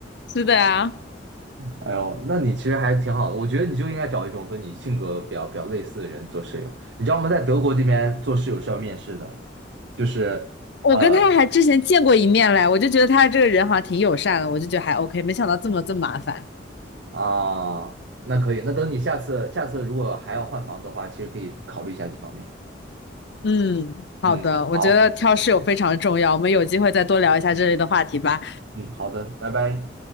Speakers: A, on the left; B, on the right.
A: 是的呀，
B: 哎呦，那你其实还挺好的。我觉得你就应该找一种和你性格比较比较类似的人做室友。你知道吗？在德国这边做室友是要面试的，就是呃
A: 我跟他还之前见过一面嘞，我就觉得他这个人好像挺友善的，我就觉得还 OK，没想到这么这么麻烦。
B: 啊，那可以。那等你下次下次如果还要换房子的话，其实可以考虑一下这方面。
A: 嗯，好的，
B: 嗯，
A: 我觉得挑室友非常重要，
B: 好，
A: 我们有机会再多聊一下这类的话题吧。
B: 嗯，好的，拜拜。